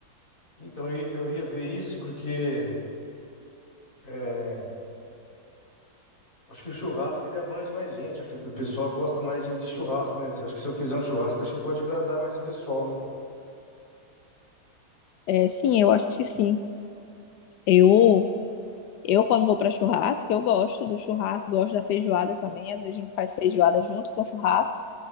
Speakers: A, on the left; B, on the left.
A: Então eu eu ia ver isso porque é, acho que o churrasco ele abrange mais gente. Acho que o pessoal gosta mais de, de churrasco, né? Acho que se eu fizer um churrasco, acho que pode agradar mais o pessoal, né?
B: É, sim, eu acho que sim. Eu, eu quando vou para churrasco, eu gosto do churrasco, gosto da feijoada também. Às vezes a gente faz feijoada junto com churrasco,